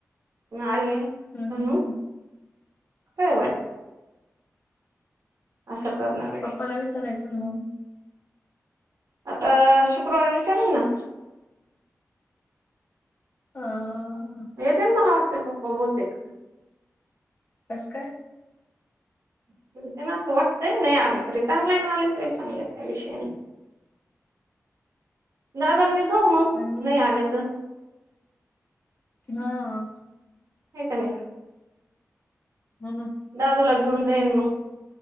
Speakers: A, on the right; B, on the left.
A: आले म्हणून
B: हम्म हम्म हम्म
A: <unintelligible> असं करणारं.
B: पप्पांला विचारायचं मगं?
A: आता शुक्रवारी विचारिन ना.
B: हं.
A: येतील मला वाटतेय पप्पां बहुतेक.
B: कसं कायं?
A: <unintelligible> असं वाटतंय. नाहीं आलं तरी चांगलंय नां आलं तरी चांगलंय. काही विषय नाहीं.
B: <unintelligible>
A: दादा अन मी जाऊ मगं
B: चांगलं
A: नाहीं
B: आहे.
A: आलें तरं.
B: हां.
A: आहे कां नाहीं?
B: हो नां.
A: दादूला घेऊन जाईनं मगं.